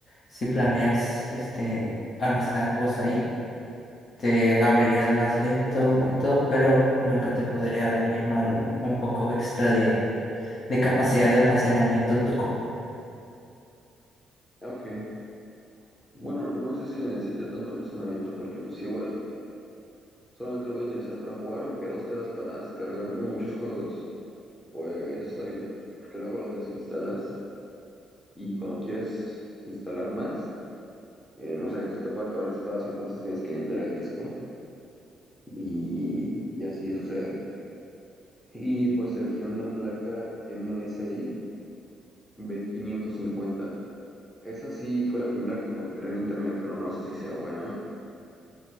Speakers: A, on the left; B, in the centre.
A: Si planeas este, almacenar juegos ahí, te abrirías más lento y todo, pero nunca te podría venir mal un poco extra de, de capacidad de almacenamiento tu compu.
B: Ah, Ok. Bueno, no sé si necesite tanto almacenamiento porque pues igual solamente lo voy a utilizar para jugar, aunque dos teras para descargar muchos juegos, pues está bien. Porque luego los desinstalas y cuando quieres instalar más. eh, no sé, se te puede acabar el espacio, entonces tienes que limpiar el disco y, y así sucede. Y pues elegí una placa MSI B550. Esa sí fue la primera que encontré en internet, pero no sé si sea buena.